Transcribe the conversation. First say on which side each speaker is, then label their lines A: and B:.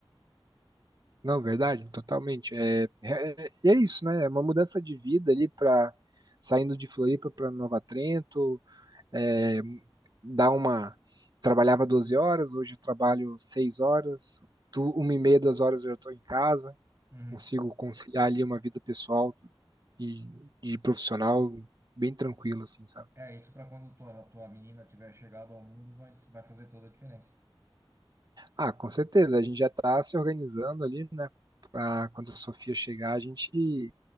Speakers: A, on the right (about 45°); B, on the right (about 30°).
A: Não, verdade, totalmente. É, é, e é isso, né? É uma mudança de vida ali para saindo de Floripa para Nova Trento, é, dar uma. Trabalhava 12 horas, hoje eu trabalho 6 horas, tu, uma e meia, duas horas eu já estou em casa,
B: Uhum.
A: consigo conciliar ali uma vida pessoal e de profissional bem tranquila, assim, sabe?
B: É, isso para quando tua, tua menina tiver chegado ao mundo vai, vai fazer toda a diferença.
A: Ah, com certeza. A gente já está se organizando ali, né, pra quando a Sofia chegar, a gente